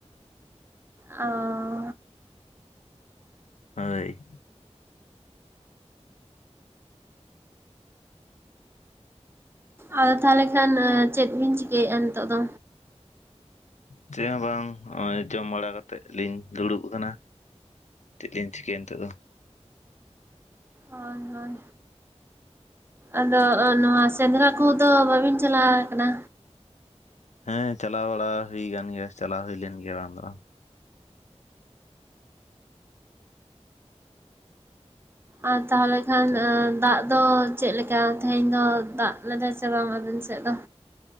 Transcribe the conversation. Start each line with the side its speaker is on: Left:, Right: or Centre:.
Right: ᱚ
Left: ᱦᱳᱭ
Right: ᱟᱫᱚ ᱛᱟᱞᱦᱮ ᱠᱷᱟᱱ ᱪᱮᱫ ᱵᱤᱱ ᱪᱤᱠᱟᱹᱭᱮᱜᱼᱟ ᱱᱤᱛᱚᱜ ᱫᱚ?
Left: ᱪᱮᱜ ᱦᱚᱸ ᱵᱟᱝ ᱱᱚᱜᱼᱚᱭ ᱡᱚᱢ ᱵᱟᱲᱟ ᱠᱟᱛᱮᱫ ᱞᱤᱧ ᱫᱩᱲᱩᱵ ᱟᱠᱟᱱᱟ᱾ ᱪᱮᱫ ᱞᱤᱧ ᱪᱤᱠᱟᱹᱭᱟ ᱱᱤᱛᱚᱜ ᱫᱚ᱾
Right: ᱦᱚᱭ ᱦᱚᱭ ᱟᱫᱚ ᱱᱚᱣᱟ ᱥᱮᱸᱫᱽᱨᱟ ᱠᱚᱫᱚ ᱵᱟᱵᱤᱱ ᱪᱟᱞᱟᱣ ᱟᱠᱟᱱᱟ᱾
Left: ᱦᱮᱸ ᱪᱟᱞᱟᱣ ᱵᱟᱲᱟ ᱦᱩᱭ ᱟᱠᱟᱱ ᱜᱮᱭᱟ ᱪᱟᱞᱟᱣ ᱦᱩᱭ ᱞᱮᱱ ᱜᱮᱭᱟ ᱵᱟᱝ ᱫᱚ ᱵᱟᱝ᱾
Right: ᱟᱨ ᱛᱟᱦᱚᱞᱮ ᱠᱷᱟᱱ
Left: ᱵᱟᱝ
Right: ᱮ ᱫᱟᱜ ᱫᱚ ᱪᱮᱫᱞᱮᱠᱟ ᱛᱮᱦᱮᱧ ᱫᱚ ᱫᱟᱜ ᱞᱮᱫᱟᱭ ᱥᱮ ᱵᱟᱝ ᱟᱵᱮᱱ ᱥᱮᱫ ᱫᱚ?